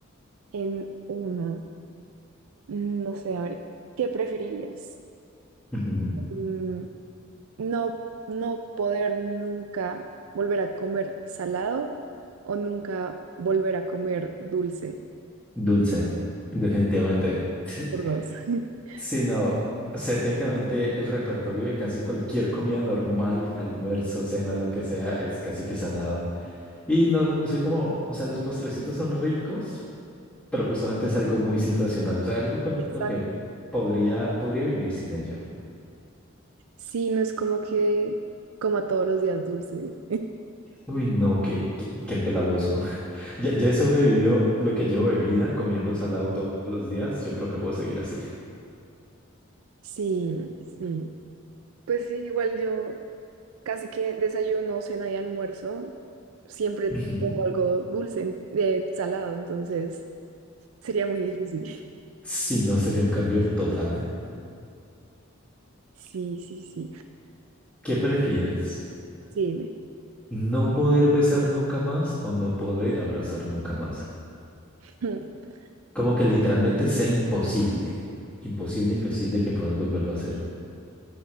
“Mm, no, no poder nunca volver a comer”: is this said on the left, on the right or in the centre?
Right